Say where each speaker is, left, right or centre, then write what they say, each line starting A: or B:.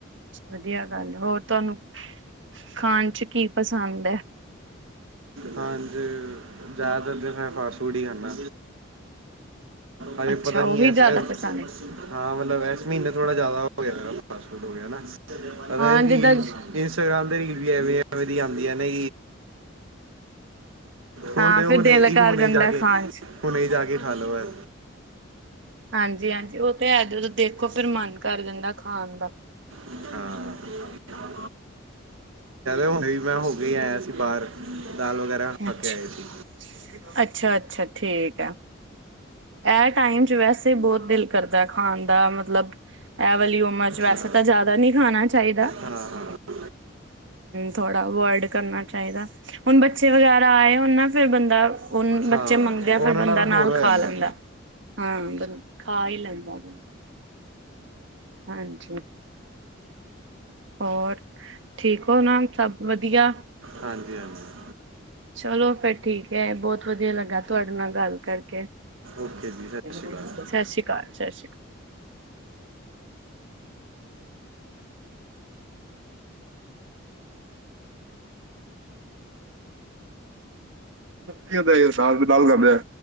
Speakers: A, on the right; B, on the right.
A: ਵਧੀਆ ਗੱਲ, ਹੋਰ ਤੁਹਾਨੂੰ ਖਾਣ 'ਚ ਕੀ ਪਸੰਦ ਏ?
B: ਹਾਂਜੀ, ਜਿਆਦਾ ਤੇ ਮੈਂ ਫਾਸਟਫੋਰਡ ਹੀ ਖਾਨਾ। ਹਜੇ
A: ਅੱਛਾ
B: ਪਤਾ
A: ਉਹੀ
B: ਨਹੀਂ, ਐਸ-ਐਸ
A: ਜ਼ਿਆਦਾ ਪਸੰਦ ਹੈ
B: ਹਾਂ ਮਤਲਬ ਇਸ ਮਹੀਨੇ, ਥੋੜਾ ਜਿਆਦਾ ਹੋ ਗਿਆ ਫਾਸਟਫੂਡ ਹੋ ਗਿਆ। ਪਤਾ
A: ਹਾਂ
B: ਹਿੱਲ
A: ਜਿੱਦਾਂ
B: ਇੰਸਟਾਗ੍ਰਾਮ ਦੇ, ਰੀਲ ਵੀ ਐਵੇਂਵੇ ਦੀ ਆਉਦੀਆਂ ਨੇ ਹੁਣੇ-ਹੁਣੇ,
A: ਹਾਂ ਫਿਰ ਦਿਲ ਕਰ
B: ਹੁਣੇ
A: ਜਾਂਦਾ
B: ਜਾਗੇ,
A: ਖਾਣ ਚ
B: ਹੁਣੇ ਜਾਕੇ ਖ ਲੋ ਐ।
A: ਹਾਂਜੀ-ਹਾਂਜੀ ਉਹ ਤੇ ਆ, ਜਦੋਂ ਦੇਖੋ ਫਿਰ ਮਨ ਕਰ ਜਾਂਦਾ ਖਾਣ ਦਾ।
B: ਹਾਂ। ਹੁਨੇ ਮੈਂ ਹੋਕੇ ਈ ਆਇਆ ਸੀ ਬਾਹਰ, ਦਾਲ ਵਗੈਰਾ ਖਾ
A: ਅੱਛਾ
B: ਕੇ ਆਏ ਸੀ।
A: ਅੱਛਾ ਅੱਛਾ ਠੀਕ ਹੈ ਇਹ ਟਾਈਮ 'ਚ ਵੈਸੇ ਬਹੁਤ ਦਿਲ ਕਰਦਾ, ਖਾਣ ਦਾ ਮਤਲਬ ਐ ਵਾਲੀ ਉਮਰਚ, ਵੈਸੇ
B: ਹਾਂ
A: ਤਾਂ ਜ਼ਿਆਦਾ ਨਹੀਂ ਖਾਣਾ ਚਾਹੀਦਾ।
B: ਹਾਂ ਹਾਂ
A: ਥੋੜਾ ਅਵੋਡਿ ਕਰਨਾ ਚਾਹੀਦਾ। ਹੁਣ ਬੱਚੇ ਵਗੈਰਾ ਆਏ ਹੋਨ ਨਾਂ, ਫਿਰ ਬੰਦਾ ਬੱਚੇ
B: ਹਾਂ
A: ਮੰਗਦੇ ਆ,
B: ਉਹਨਾਂ
A: ਫਿਰ ਬੰਦਾ
B: ਹੋਰ
A: ਨਾਲ
B: ਹੋ
A: ਖਾ
B: ਜਾਂਦਾ
A: ਲੈਂਦਾ। ਹਾਂ, ਖਾ ਹੀ ਲੈਨੇ ਆ। ਹਾਂਜੀ। ਹੋਰ, ਠੀਕ ਹੋ ਨਾ ਸਭ ਵਧੀਆ?
B: ਹਾਂਜੀ, ਹਾਂਜੀ।
A: ਚਲੋ, ਫੇਰ ਠੀਕ ਹੈ। ਬਹੁਤ ਵਧੀਆ ਲੱਗਾ, ਤੁਹਾਡੇ ਨਾਲ ਗੱਲ ਕਰਕੇ।
B: ਓਕੇ ਜੀ
A: ਸਤਿ
B: ਸ਼੍ਰੀ ਅਕਾਲ
A: ਸ੍ਰੀ ਅਕਾਲ, ਸਤਿ ਸ਼੍ਰੀ ਅਕਾਲ। ਕੀ ਹੁੰਦਾ, ਹਿਸਾਬ ਕਰਦਿਆ